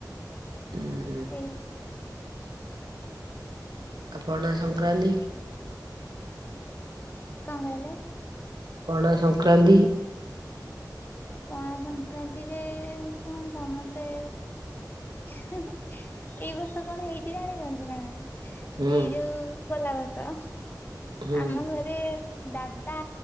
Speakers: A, on the right (about 80°); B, on the left (about 30°).
A: ହୁଁ।
B: ସେଇ
A: ଆ ପଣା ସଂକ୍ରାନ୍ତି
B: କଂ କହିଲେ?
A: ପଣା ସଂକ୍ରାନ୍ତି
B: ପଣା ସଂକ୍ରାନ୍ତିରେ ଶୁଣ ସମସେ ଏଇ ବର୍ଷ କଣ ହେଇଚି ଜାଣିଚନ୍ତି ନା ନାଇଁ।
A: ହୁଁ
B: ଏଇ ଯୋଉ ଗୋଲାବସ
A: ହୁଁ
B: ଆମ ଘରେ ଦାଦା